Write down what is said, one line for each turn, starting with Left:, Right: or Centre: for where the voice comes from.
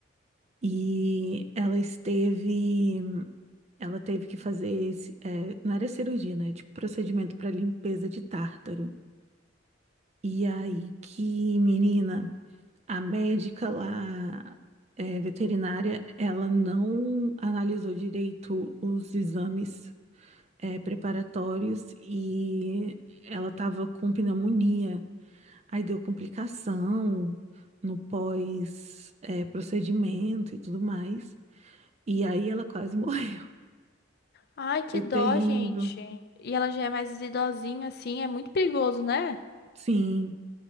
Right: e ela esteve, ela teve que fazer, esse- é, não era cirurgia, né? Tipo procedimento para limpeza de tártaro. E aí que, menina, a médica lá, é, veterinária, ela não analisou direito os exames, é, preparatórios e ela tava com pneumonia. Aí deu complicação no pós, é, procedimento e tudo mais. E aí ela quase <laughs> morreu.
Left: Ai, que
Right: Foi
Left: dó,
Right: terrível.
Left: gente. E ela já é mais idosinha, assim. É muito perigoso, né?
Right: Sim,